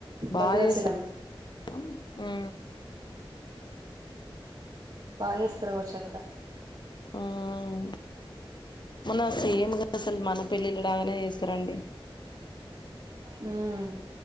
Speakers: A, on the left; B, on the right.
A: బాగా
B: భద్రాచలం
A: చేేస్తారు, అవును హు
B: బాగా చేస్తారు కావొచ్చు అక్కడ
A: హుమ్ మొన్న సేమ్
B: ఉమ్
A: గా అసలు మన పెళ్ళిళ్ళ లాగానే చేస్తారండి.
B: హుమ్